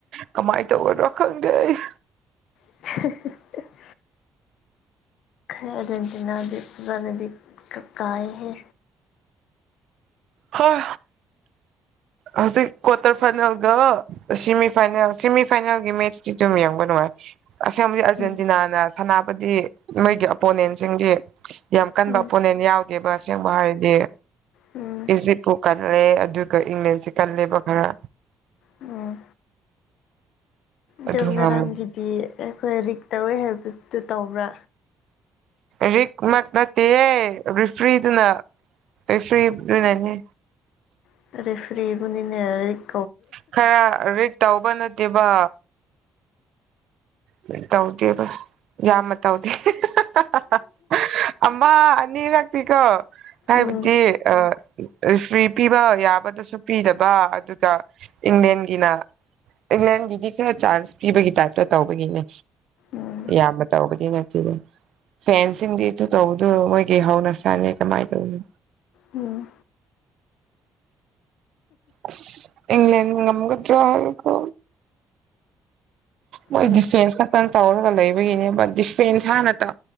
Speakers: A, on the right; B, on the left.
A: ꯀꯃꯥꯏꯅ ꯇꯧꯒꯗ꯭ꯔꯣ ꯈꯪꯗꯦ ꯑꯩ
B: <unintelligible> ꯑꯔꯖꯦꯟꯇꯤꯅꯥꯗꯣ ꯐꯖꯥꯅꯗꯤ ꯀꯥ ꯀꯥꯢ ꯍꯦ
A: ꯍꯣꯏ ꯍꯧꯖꯤꯛ ꯀ꯭ꯋꯥꯔꯇꯔ ꯐꯥꯏꯅꯦꯜꯒ ꯁꯤꯃꯤꯐꯥꯏꯅꯦꯜ ꯁꯤꯦꯃꯤꯐꯥꯏꯅꯦꯜꯒꯤ ꯃꯦꯠꯆꯇꯤ ꯑꯗꯨꯝ ꯌꯦꯡꯕ ꯅꯨꯡꯉꯥꯏ ꯑꯁꯦꯡꯕꯗꯤ ꯑꯔꯖꯦꯟꯇꯤꯅꯥꯅ
B: ꯎꯝ
A: ꯁꯥꯟꯅꯕꯗꯤ ꯅꯣꯏꯒꯤ ꯑꯄꯣꯅꯦꯟꯁꯤꯡꯒꯤ ꯌꯥꯝ ꯀꯟꯕ
B: ꯎꯝ
A: ꯑꯣꯄꯣꯅꯦꯟ ꯌꯥꯎꯗꯦꯕ ꯑꯁꯦꯡꯕ ꯍꯥꯏꯔꯗꯤ
B: ꯎꯝ
A: ꯏꯖꯤꯞꯄꯨ ꯀꯜꯂꯦ ꯑꯗꯨꯒ ꯏꯪꯂꯦꯟꯁꯤ ꯀꯜꯂꯦꯕ ꯈꯔ
B: ꯎꯝ
A: ꯑꯗꯨ
B: ꯑꯗꯣ ꯉꯔꯥꯡꯒꯤꯗꯤ
A: ꯉꯝꯃꯨ
B: ꯑꯩꯈꯣꯏ ꯔꯤꯛ ꯇꯧꯋꯦ ꯍꯥꯏꯕꯗꯨ ꯇꯧꯕ꯭ꯔꯥ
A: ꯔꯤꯛ ꯃꯛ ꯅꯠꯇꯤꯌꯦ ꯔꯤꯐ꯭ꯔꯤꯗꯨꯅ ꯔꯤꯐ꯭ꯔꯤ ꯗꯨꯅꯅꯤ
B: ꯔꯤꯐ꯭ꯔꯤꯕꯨꯅꯤꯅꯦ
A: ꯈꯔ ꯔꯤꯛ ꯇꯧꯕ ꯅꯠꯇꯦꯕ ꯂꯣꯢ ꯇꯧꯗꯦ ꯌꯥꯝꯃ ꯇꯧꯗꯦ <unintelligible> ꯑꯃ ꯑꯅꯤꯔꯛꯇꯤꯀꯣ ꯍꯥꯏꯕꯗꯤ
B: ꯎꯝ
A: ꯑ ꯔꯤꯐ꯭ꯔꯤ ꯄꯤꯕ ꯌꯥꯕꯗꯁꯨ ꯄꯤꯗꯕ ꯑꯗꯨꯒ ꯏꯪꯂꯦꯟꯒꯤꯅ ꯏꯪꯂꯦꯟꯒꯤꯗꯤ ꯈꯔ ꯆꯥꯟꯁ ꯄꯤꯕꯒꯤ ꯇꯥꯏꯞꯇ ꯇꯧꯕꯅꯤꯅꯦ
B: ꯎꯝ
A: ꯌꯥꯝꯅ ꯇꯧꯕꯗꯤ ꯅꯠꯇꯦꯗ ꯐꯦꯟꯁ ꯁꯤꯡꯗꯤ ꯑꯗꯨ ꯇꯧꯕꯗꯨ ꯃꯣꯏꯒꯤ ꯍꯧꯅꯁꯥꯅꯦ ꯀꯃꯥꯏꯟ ꯇꯧꯅꯤ
B: ꯎꯝ
A: ꯑꯁ ꯏꯪꯂꯦꯟꯅ ꯉꯝꯒꯗ꯭ꯔꯣ ꯀꯣ ꯃꯣꯏ
B: ꯎꯝ
A: ꯗꯤꯐꯦꯟꯁ ꯈꯛꯇꯪ ꯇꯧꯔꯒ ꯂꯩꯕꯒꯤꯅꯦꯕ ꯗꯤꯐꯦꯟꯁ ꯍꯥꯟꯅ ꯇ